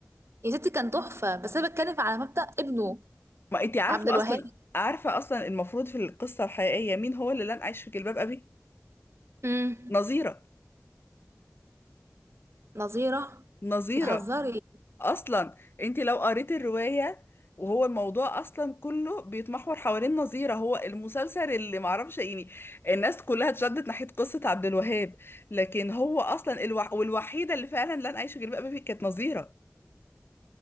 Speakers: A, on the right; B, on the left.
A: يا ستي كان تحفه بس انا بتكلم على مبدأ ابنه
B: ما انت عارفه
A: عبد الوهاب
B: اصلا عارفه اصلا المفروض في القصه الحقيقيه مين هو اللي لن عايش في جلباب ابي
A: امم
B: نظيره
A: نظيره
B: نظيره
A: بتهزري
B: اصلا انت لو قريت الروايه وهو الموضوع اصلا كله بيتمحور حوالين نظيره هو المسلسل اللي معرفش يعني الناس كلها اتشدت ناحيه قصه عبد الوهاب لكن هو اصلا الوح... والوحيده اللي فعلا لن عايش في جلباب ابي كانت نظيره